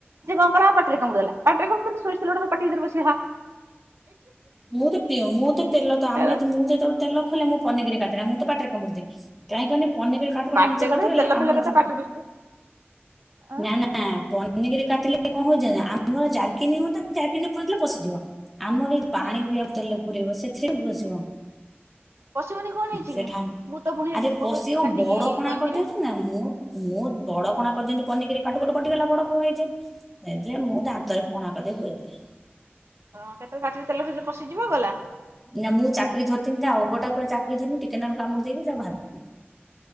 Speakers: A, on the right; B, in the centre.
A: ସେ କଣ କଲା ପାଟିରେ କାମୁଡି ଦେଲା, ପାଟିରେ କଣ <unintelligible> ସୋରିଷ ତେଲ ଗୁଡା ସବୁ ପାଟି ଭିତରେ ପଶିଗଲା।
B: ମୁଁ ତ ପିଅ ମୁଁ ତ ତେଲ ତ ଆମେ
A: ହେଲା
B: ଯେ ମୁଁ ଯେତେଳ ତେଲ ଖୋଲେ ମୁଁ ପନିକିରେ କାଟେନା ମୁଁ ତ ପାଟିରେ କାମୁଡି ଦିଏ, କାହିଁକନି ପନିକିରେ କା <unintelligible>
A: ପାଟିରେ
B: ମେଞ୍ଚେ କଟିଗଲେ
A: କଣ ତେଲ
B: ଆମର
A: ଫେଲ କେତେ
B: ଯୋଉ
A: ପାଟିରେ ପଶିଥିବ ଆଁ
B: ନା ନା ନା ପନିକିରେ କାଟିଲେ କଣ ହଉଚି ନା ଆମର ଜାରକିନୀ ହୁଅନ୍ତା, ଜାରକିନୀ ରେ ପୁରେଇ ଦେଲେ ପଶିଯିବ। ଆମର ଏ ପାଣି
A: ହୁଁ
B: ପିଇବା ବୁତଲରେ ପୂରେଇବ ସେଥିରେ କେମିତି ପଶିବ?
A: ପଶିବନି କଣ ହେଇଛି
B: ସେ
A: କି?
B: ଢା
A: ମୁଁ ତ ପୁଣି
B: ଆରେ
A: ଏମିତି
B: ପଶିବ
A: ପଶଉଚି କାଟିକି
B: ବଡ କଣା
A: କଇଁଚିରେ।
B: କରିଦଉଛନ୍ତି ନା ମୁଁ ମୁଁ ବଡ କଣା କରିଦିଅନ୍ତି ପନିିକିରେ କାଟୁ କଟୁ କଟିଗଲା ବଡ କୁ ହେଇଯାଏ। ଏ ଯେ ମୁଁ ଦାନ୍ତରେ କଣା କରଦେଇ ପୂରେଇଦିଏ।
A: ହଁ କେତେବେଳେ ପାଟିରେ ତେଲ ଫେଲ ପଶିଯିବ ଗଲା।
B: ନା ମୁଁ ଚାପିକି ଧରିଥିନି ତା ଅଗଟା ପୂରା ଚାପିକି ଧରିମିି ଟିକେ ନାକୁରୁ କାମୁଡି ଦେଇକି ତାକୁ ବାହାର କରଦେମି।